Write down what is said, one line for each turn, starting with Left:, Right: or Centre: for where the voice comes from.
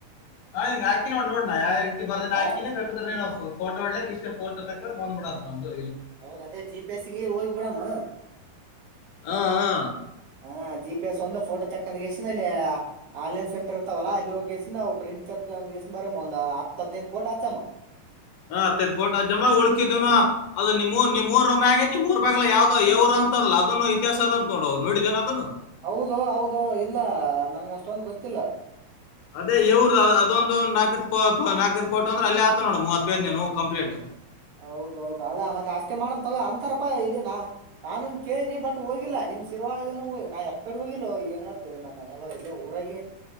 Left: ಹಾ್ನ್ ಹಾಕಿ ನೋ ನೋಣ ಯಾವ ರೀತಿ ಬರ್ದೇ ಹಾಕೇೇಕಾದ್ರ
Right: ಯಾವ
Left: ಫೋಟೋಡ್ಲಿಕ್ ಇಷ್ಟ ಫೋ ತಕ್ರ ಬಂದ್ಬಿಡತ್ತದು
Right: ಹೌದ ಅದೇ ಜಿ ಪಿ ಎಸ್ಗೆ ಹೋಗಿ ಬಿಡಾಮ
Left: ಹಾ ಹ
Right: ಹಾ ಜಿ ಪಿ ಎಸ್ ಒಂದ ಫೋಟೋ ತಕ್ಕಂದ್ ಗಸ್ಸ ಅಲ್ಲಿ ಆನ್ಲೈನ್ ಸೆಂಟರ್ ಇರ್ತವಲ್ಲ ಅಲ್ಲಿ ಹೋಗಿಗೆಸ್ಸವು ಪ್ರಿಂಟ್ ತಕ್ಕ್ಸ ಬರ ಒಂದ ಹದ್ೈದು್ ೋಟೋ ಹಚ್ಚಮ್ಮ
Left: ಹ ತ ಪೋಟ್ ಅ ಜಮ್ಮಾ ಉಳುಕಿದೇವನ
Right: ಹ
Left: ಅದ ನಿಮಮ್ಮ ನೀಮ್ ಮೂರ ಮ್ಯಾಗೆ ನೀವು ಮೂರ್ ಬ್ಯಾಗಲಾಾವ್ದಾವವ್ ಅಲ್ಲ ಅದನ್ನು ಇತಿಹಾಸ ಅದ ಅಂತ ನೋಡ ನೋಡಿದೇನ ಅದನು
Right: ಹೌದು ಹೌದು ಇಲ್ಲ ನನ್ಗ ಅಷ್ಟೊಂದು ಗೊತ್ತಿಲ್ಲ
Left: ಅದೇ ಇವರು ಅದೊಂದು ನಾಲ್ಕ ನಾಲ್ಕತ್ ಪೋಟ್ ಅಂದ್ರ ಅಲ್ಲಿ ಆತ ನೋಡ ಮೂವ ಹತ್ತೈದ್ ನೀನು ಕಂಪ್ಲೀಟ್
Right: ಹೌದೌದು ಅದ ಮತ್ತೆ ಅಷ್ಟೇ ಮಾಡನ್ ತಗೋ ಅಂತಾರಪಾ ಇಲ್ಲಿ ನಾ ನಾನನ್ ಕೇಳಿನಿ ಬಟ್ ಹೋಗಿಲ್ಲಾ ನಿಮ್ ಶರ್ವಾಳಗ ನಾ ಎಕಡೆ ಹೋಗಿಿಲ್ಲೋ ಏನ್ ಹೇಳ್ತ ನಂದ ನಣೆ ಬರ ಇಲ್ಲೇ ಊರಾಗ